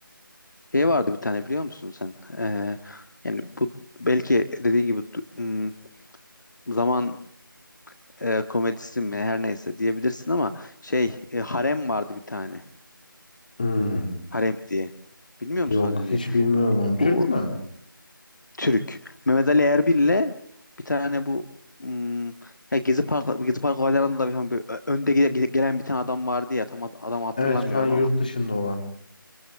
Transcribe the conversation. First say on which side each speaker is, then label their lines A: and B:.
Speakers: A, on the left; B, on the left.
A: Şey vardı bir tane biliyor musun sen? E, yani bu belki dediğin gibi du- hmm, zaman e, komedisi mi her neyse diyebilirsin ama şey e, Harem vardı bir tane.
B: Hmm,
A: Harem diye. Bilmiyor
B: Yok
A: musun o diziyi?
B: hiç bilmiyorum onu. Türk
A: O, o
B: mü?
A: Türk. Mehmet Ali Erbil'le bir tane bu hmm, ya Gezi Park Gezi Park olaylarında da bir, hani böyle ö- önde ge- ge- gelen bir tane adam vardı ya tam ad- adamı hatırlamıyorum
B: Evet şu an yurt
A: ama
B: dışında olan.